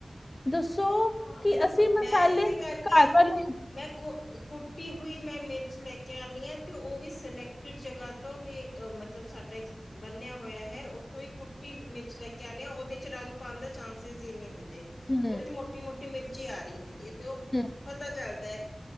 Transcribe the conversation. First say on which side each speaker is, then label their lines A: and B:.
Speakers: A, on the left (about 40°); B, on the left (about 65°).
A: ਦੱਸੋ
B: ਹਾਂ
A: ਕਿ
B: ਨਹੀਂ
A: ਅਸੀਂ
B: ਮੈਂ
A: ਮਸਾਲੇ
B: ਇਸੇ ਕਰਕੇ।
A: ਘਰ ਵਾਲੇ
B: ਮੈਂ ਕੋ ਕੁਟੀ ਹੋਈ ਮੈਂ ਮਿਰਚ ਲੈ ਕੇ ਆਉਂਣੀ ਹਾਂ ਤੇ ਉਹ ਵੀ ਸਿਲੈਕਟਡ ਜਗ੍ਹਾ ਤੋਂ ਵੀ ਇੱਕ ਮਤਲਬ ਸਾਡਾ ਇੱਕ ਬੰਨਿਆ ਹੋਇਆ ਹੈ ਉੱਥੋਂ ਹੀ ਕੁੱਟੀ ਮਿਰਚ ਲੈ ਕੇ ਆਣੇ ਉਹਦੇ ਚੱ ਰੰਗ ਪਾਉਣ ਦਾ ਚਾਂਸਿਸ ਹੀ ਨਹੀਂ ਹੁੰਦੇ‌।
A: ਹੂੰ
B: ਉਹਦੇ ਚ ਮੋਟੀ ਮੋਟੀ ਮਿਰਚੀ ਆ ਰਹੀ ਹੁੰਦੀ ਹੈ ਤੇ ਉਹ
A: ਹੂੰ
B: ਪਤਾ ਚੱਲਦਾ ਹੈ।